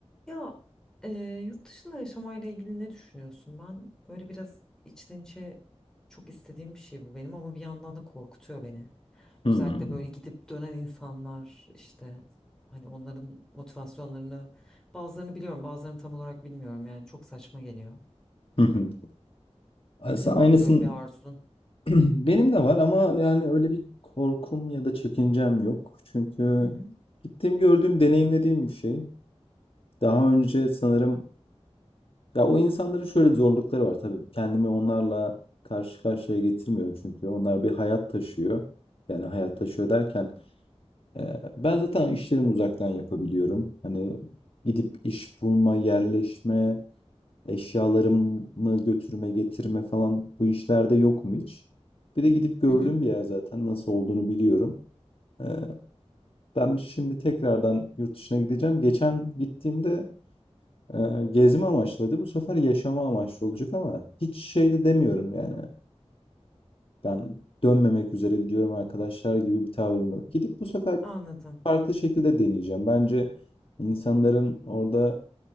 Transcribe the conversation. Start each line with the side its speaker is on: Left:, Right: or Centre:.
Centre: Ya e, yurt dışında yaşamayla ilgili ne düşünüyorsun? Ben böyle biraz içten içe çok istediğim bir şey bu benim ama bir yandan da korkutuyor beni. Özellikle
Left: Hımm.
Centre: böyle gidip dönen insanlar işte hani onların motivasyonlarını bazılarını biliyorum bazılarını tam olarak bilmiyorum yani çok saçma geliyor.
Left: Hı hı. Aslında
Centre: Senin
Left: aynısın
Centre: var mı böyle bir arzun?
Left: <clears throat> benim de var ama yani öyle bir korkum ya da çekincem yok. Çünkü
Centre: Hı hı.
Left: gittiğim, gördüğüm, deneyimlediğim bir şey. Daha önce sanırım ya o insanların şöyle zorlukları var tabii. Kendimi onlarla karşı karşıya getirmiyorum çünkü onlar bir hayat taşıyor. Yani hayat
Centre: Hı hı.
Left: taşıyor derken, eee, ben zaten işlerimi uzaktan yapabiliyorum. Hani gidip iş bulma, yerleşme, Eşyalarımı götürme, getirme falan bu işlerde yokum hiç. Bir de gidip gördüğüm
Centre: Hı hı.
Left: bir yer zaten nasıl olduğunu biliyorum. Ee, ben şimdi tekrardan yurt dışına gideceğim. Geçen gittiğimde e, gezme amaçlıydı. Bu sefer yaşama amaçlı olacak ama hiç şey de demiyorum yani. Ben dönmemek üzere gidiyorum arkadaşlar gibi bir tavrım yok. Gidip bu sefer
Centre: Anladım.
Left: farklı şekilde deneyeceğim. Bence insanların orada